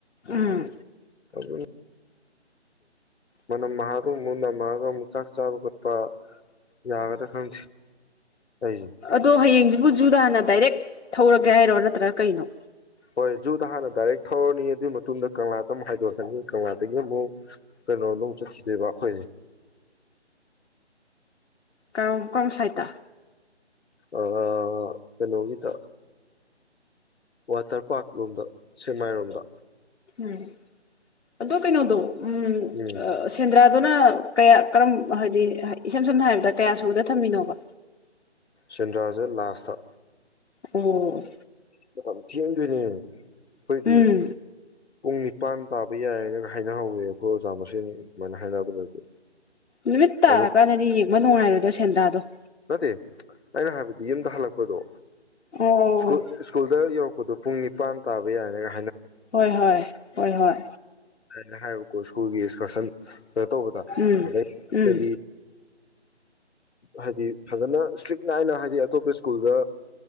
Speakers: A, on the left; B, on the left.
A: ꯎꯝ
B: ꯑꯗꯨ ꯃꯅꯝ ꯃꯍꯥꯗꯨ ꯑꯃꯨꯛ ꯅꯃꯛꯑꯒ ꯑꯃꯨꯛ ꯆꯥꯛ ꯆꯥꯕ ꯈꯣꯠꯄ ꯌꯥꯒꯗ꯭ꯔꯥ ꯈꯪꯗꯦ ꯑꯩꯁꯦ
A: ꯑꯗꯣ ꯍꯌꯦꯡꯖꯤ ꯕꯨ ꯖꯨꯗ ꯍꯥꯟꯅ ꯗꯥꯏꯔꯦꯛ ꯊꯧꯔꯒꯦ ꯍꯥꯏꯔꯣ ꯅꯠꯇ ꯭ꯇꯔ ꯀꯩꯅꯣ
B: ꯍꯣꯏ ꯖꯨꯗ ꯍꯥꯟꯅ ꯗꯥꯏꯔꯦꯛ ꯊꯧꯔꯅꯤ ꯑꯗꯨꯏ ꯃꯇꯨꯡꯗ ꯀꯪꯂꯥꯗ ꯑꯃꯨꯛ ꯍꯥꯏꯗꯣꯔꯛꯂꯅꯤ ꯀꯪꯂꯥꯗꯒꯤ ꯑꯃꯨꯛ ꯀꯩꯅꯣꯗꯣ ꯑꯃꯨꯛ ꯆꯠꯈꯤꯗꯩꯕ ꯑꯩꯈꯣꯏꯁꯦ
A: ꯀꯔꯣꯝ ꯀꯔꯣꯝ ꯁꯥꯏꯠꯇꯥ
B: ꯑꯥ ꯀꯩꯅꯣꯒꯤꯗ ꯋꯥꯇꯔ ꯄꯥꯔꯛ ꯂꯣꯝꯗ ꯁꯦꯛꯃꯥꯏꯔꯣꯝꯗ
A: ꯎꯝ ꯑꯗꯣ ꯀꯩꯅꯣꯗꯣ ꯎꯝ
B: ꯎꯝ
A: ꯁꯦꯟꯗ꯭ꯔꯥꯗꯨꯅ ꯀꯌꯥ ꯀꯔꯝ ꯍꯥꯏꯗꯤ ꯏꯁꯝ ꯁꯝꯅ ꯍꯥꯏꯔꯕꯗ ꯀꯌꯥ ꯁꯨꯕꯗ ꯊꯝꯃꯤꯅꯣꯕ
B: ꯁꯦꯟꯗ꯭ꯔꯥꯁꯦ ꯂꯥꯁꯇ
A: ꯑꯣ
B: ꯃ ꯊꯦꯡꯗꯣꯏꯅꯦ ꯑꯩꯈꯣꯏꯗꯤ
A: ꯎꯝ
B: ꯄꯨꯡ ꯅꯤꯄꯥꯟ ꯇꯥꯕ ꯌꯥꯏꯌꯦꯅꯒ ꯍꯥꯏꯅꯍꯧꯋꯦ ꯑꯩꯈꯣꯏ ꯑꯣꯖꯥ ꯃꯁꯦꯟꯅꯤ ꯑꯗꯨꯃꯥꯏꯅ ꯍꯥꯏꯅꯕꯗꯗꯤ
A: ꯅꯨꯃꯤꯠ ꯇꯥꯔꯀꯥꯟꯗꯗꯤ
B: ꯑꯗꯨ
A: ꯌꯦꯡꯕ ꯅꯨꯡꯉꯥꯏꯔꯣꯏ ꯗꯣ ꯁꯦꯟꯗ꯭ꯔꯥꯗꯣ
B: ꯅꯠꯇꯦ ꯑꯩꯅ ꯍꯥꯏꯕꯗꯤ ꯌꯨꯝꯗ ꯍꯜꯂꯛꯄꯗꯣ
A: ꯑꯣ
B: ꯁ꯭ꯀꯨꯜ ꯁ꯭ꯀꯨꯜꯗ ꯌꯧꯔꯛ ꯑꯣ ꯄꯨꯡ ꯅꯤꯄꯥꯟ ꯇꯥꯕ ꯌꯥꯌꯦꯅꯒ
A: ꯍꯣꯏ ꯍꯣꯏ ꯍꯣꯏ ꯍꯣꯏ
B: ꯀ ꯍꯥꯏꯕ ꯀꯣ ꯁꯀꯨꯜꯒꯤ ꯏꯁꯀꯔꯁꯟ ꯀꯩꯅꯣ ꯇꯧꯕꯗ
A: ꯎꯝ
B: ꯑꯗꯩ
A: ꯎꯝ
B: ꯗꯗꯤ ꯍꯥꯏꯗꯤ ꯐꯖꯅ ꯏꯁꯇ꯭ꯔꯤꯛ ꯅꯥꯏꯅ ꯍꯥꯏꯗꯤ ꯑꯇꯣꯞꯄ ꯁ꯭ꯀꯨꯜꯗ